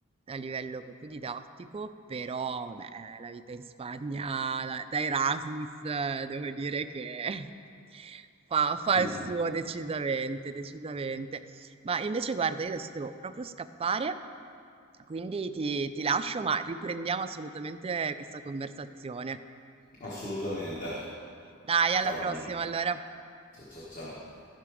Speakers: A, on the right (about 25°); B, on the left (about 40°).
A: a livello proprio didattico, però vabbè, la vita in Spagna da, da Erasmus, eh, devo dire che <laughs> fa fa
B: Ok.
A: il suo decisamente, decisamente. Ma invece guarda, io adesso devo proprio scappare, quindi ti, ti lascio, ma riprendiamo assolutamente questa conversazione.
B: Assolutamente.
A: Dai, alla
B: Ciao
A: prossima
B: Camillo.
A: allora.
B: Ciao ciao ciao.